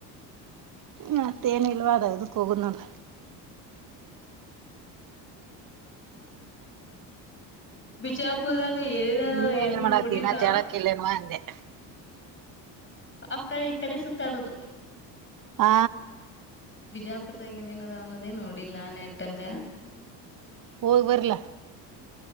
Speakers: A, on the right (about 40°); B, on the left (about 25°).
A: ಮತೇನ ಇಲ್ಲವಾ ಅದ ಇದುಕ್ಕ ಹೋಗದ ನೋಡ.
B: ಹ್ಮ ಬಿಜಾಪುರದ. ಈಗ ಏನಿದವ
A: ನೀವ
B: ಏನು
A: ಏನ್ ಮಾಡಾತಿ
B: ನೋಡಿಲ್ಲ.
A: ಇನ್ನ ಜಳಕ್ಕ ಇಲ್ಲೇನ್ವಾ ಅಂದೆ
B: ಅಕ್ಕ ಈ ಕಡೆ ಸುತ್ತಾಡೋದು.
A: ಆ
B: ಬಿಜಾಪುರದಾಗ ಏನೇನ ಅದಾವ ಅನ್ನೋದೇ ನೋಡಿಲ್ಲ ನೆಟ್ಟಂಗ.
A: ಓಗ್ ಬರ್ರಲ.